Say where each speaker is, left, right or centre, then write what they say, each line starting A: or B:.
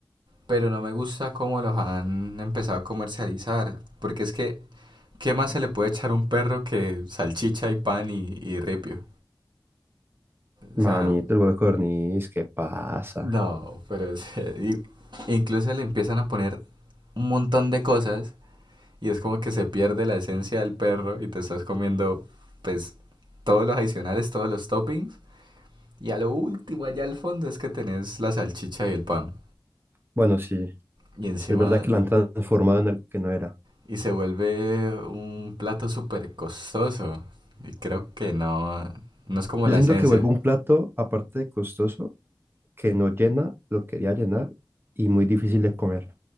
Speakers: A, on the right (about 75°); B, on the right (about 30°).
A: Pero no me gusta cómo los han empezado a comercializar. Porque es que, ¿qué más se le puede echar a un perro que salchicha y pan y, y ripio? O sea,
B: Manito, el huevo de codorniz, ¿qué pasa?
A: no, pero es- <laughs> y- incluso le empiezan a poner un montón de cosas y es como que se pierde la esencia del perro y te estás comiendo pues todos los adicionales, todos los toppings y a lo último allá al fondo es que tenés la salchicha y el pan
B: Bueno, sí,
A: y encima
B: sí es verdad que la han transformado en algo que no era.
A: y se vuelve un plato súper costoso y creo que no no es como
B: Yo
A: la
B: siento
A: esencia.
B: que vuelve un plato, aparte de costoso, que no llena, lo quería llenar y muy difícil de comer.